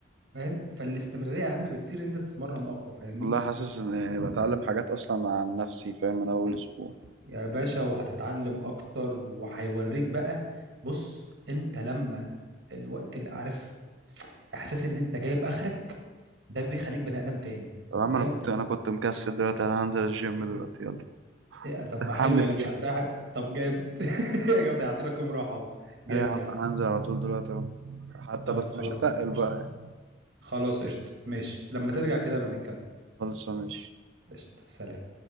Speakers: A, on the right (about 60°); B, on the right (about 80°).
A: فاهم فالاستمرارية اهم بكتير ان انت تتمرن اقوى فاهمني
B: والله حاسس ان يعني بتعلم حاجات اصلا عن نفسي فاهم من اول اسبوع
A: يا باشا وهتتعلم اكتر وهيوريك بقى بص انت لما الوقت اللي عارف احساس ان انت جايب اخرك ده بيخليك بني ادم تاني
B: يا عم
A: فاهم
B: انا كنت
A: لما
B: انا كنت مكسل دلوقتي انا هنزل الجيم دلوقتي يلا
A: إيه طب ما
B: اتحمس
A: حلو يعني مش
B: تاني
A: هتريح طب جامد <laughs> جامد ضيعت لك يوم راحه اهو جامد
B: اي يا عم
A: يا عم
B: انا هنزل على طول دلوقتي اهو حتى
A: طيب
B: بس
A: خلاص
B: مش هتقل بقى
A: قشطه خلاص قشطه ماشي لما ترجع كده بنتكلم
B: خلص ماشي
A: قشطه سلام